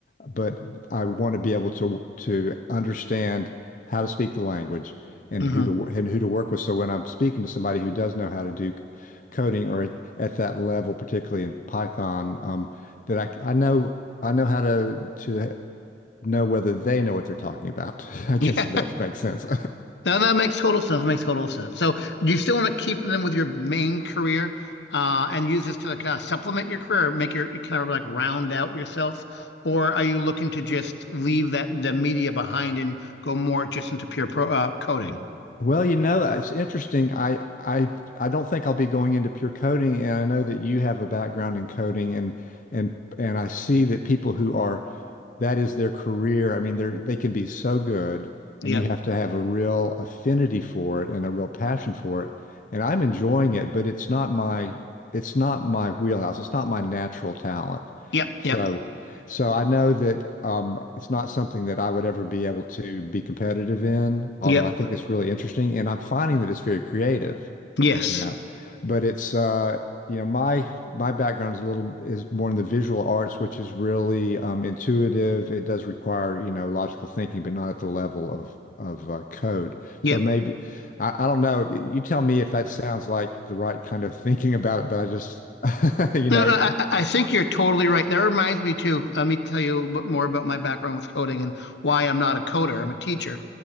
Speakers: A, on the left (about 45°); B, on the left (about 75°).
A: but I want to be able to to understand how to speak the language and
B: hmm
A: who to and who to work with. So when I'm speaking to somebody who does know how to do c- coding or at at that level, particularly in Python, um, that I I know I know how to to know whether they know what they're talking about. <laughs> I guess
B: <laughs> Yeah.
A: if that makes sense.
B: No, that makes total sense. That makes total sense. So, do you still want to keep them with your main career uh, and use this to like kind of supplement your career, or make your kind of like round out yourself, or are you looking to just leave that the media behind and go more just into pure pro, uh, coding?
A: <laughs> well, you know, it's interesting. I I I don't think I'll be going into pure coding, and I know that you have a background in coding, and and and I see that people who are that is their career. I mean, they're they can be so good,
B: Yep.
A: and you have to have a real affinity for it and a real passion for it. And I'm enjoying it, but it's not my it's not my wheelhouse. It's not my natural talent.
B: Yep.
A: So
B: Yep.
A: so I know that um, it's not something that I would ever be able to be competitive in, although
B: Yep.
A: I think it's really interesting, and I'm finding that it's very creative
B: Yes.
A: you know. But it's uh, you know, my my background is a little is more in the visual arts, which is really um, intuitive. It does require, you know, logical thinking, but not at the level of of uh, code.
B: Yep.
A: So maybe I, I don't know. You tell me if that sounds like the right kind of <laughs> thinking about it, but I just, <laughs> you
B: No,
A: know,
B: no, I, I think you're totally right. That reminds me too. Let me tell you a little bit more about my background with coding and why I'm not a coder. I'm a teacher.